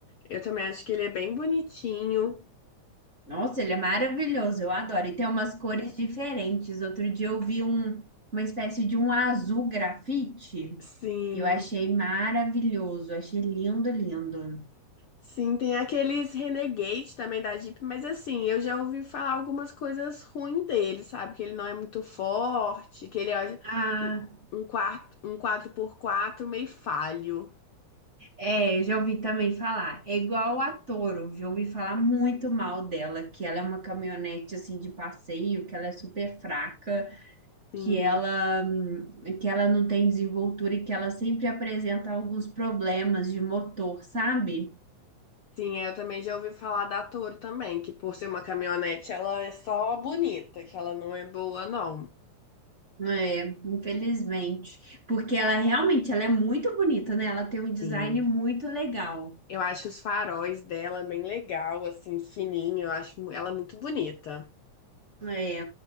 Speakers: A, on the left; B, on the right.
A: Eu também acho que ele é bem bonitinho.
B: Nossa, ele é maravilhoso, eu adoro. E tem umas cores diferentes. Outro dia eu vi um, uma espécie de um azul grafite.
A: Sim.
B: Eu achei maravilhoso, achei lindo, lindo.
A: Sim, tem aqueles Renegade também da Jeep, mas assim, eu já ouvi falar algumas coisas ruins dele, sabe? Que ele não é muito forte, que ele é
B: Ah,
A: um, um, quarto, um quatro por quatro meio falho.
B: é, já ouvi também falar. É igual a Toro, já ouvi falar muito mal dela, que ela é uma caminhonete assim de passeio, que ela é super fraca.
A: Sim.
B: que ela que ela não tem desenvoltura e que ela sempre apresenta alguns problemas de motor, sabe?
A: Sim, eu também já ouvi falar da Toro também, que por ser uma caminhonete, ela é só bonita, que ela não é boa, não.
B: É, infelizmente, porque ela realmente ela é muito bonita, né? Ela tem um design
A: Sim.
B: muito legal.
A: Eu acho os faróis dela bem legal, assim, fininho, eu acho ela é muito bonita.
B: É,